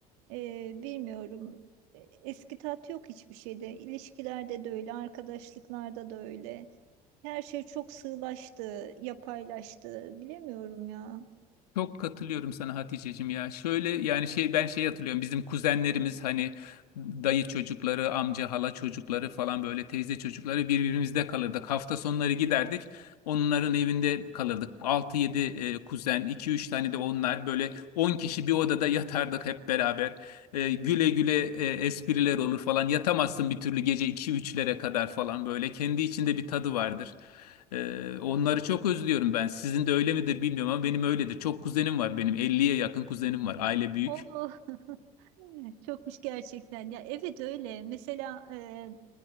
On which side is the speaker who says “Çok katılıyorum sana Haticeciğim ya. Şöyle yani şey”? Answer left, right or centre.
Left